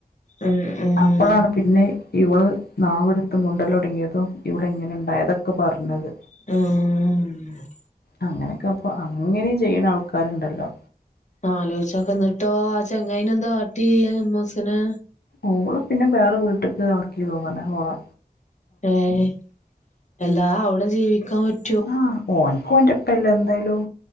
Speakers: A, on the left (about 50°); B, on the left (about 90°).
A: ഉം ഉം
B: അപ്പോഴാണ്. പിന്നെ ഇവൾ നാവെടുത്ത് മുണ്ടലൊടുങ്ങൃപ്പം ഇവിടെ ഇങ്ങനെ ണ്ടായതൊക്കെ പറഞ്ഞത്.
A: മ്
B: അങ്ങനെക്കപ്പം അങ്ങനേം ചെയ്യ്ണ ആൾക്കാരുണ്ടല്ലോ.
A: ആലോയ്ച്ചക്ക ന്നട്ടോ ആ ചെങ്ങായ്നെ എന്താ കാട്ടി ആ അമ്മോസനെ.
B: ഓള പിന്നെ വേറെ വീട്ട്ക്ക് ആക്കി തോന്ന്ന് ഹോളെ.
A: ഏഹ് എല്ലാ അവിടെ ജീവിക്കാൻ പറ്റ
B: ആഹ് ഓന്ക്ക് ഓന്റെപ്പല്ലെ എന്തായാലും.